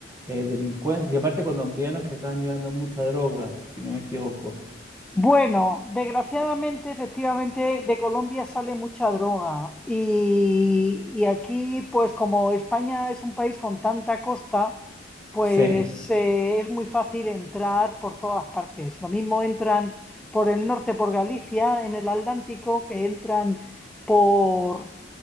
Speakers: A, on the right; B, in the centre.
A: eh, delincuencia, y aparte colombianos que estaban llevando mucha droga, si no me equivoco.
B: Bueno, desgraciadamente, efectivamente, de Colombia sale mucha droga y, y aquí, pues como España es un país con tanta costa, pues
A: Sí,
B: eh, es muy fácil entrar por todas partes. Lo mismo entran por el norte, por Galicia, en el Atlántico, que entran por,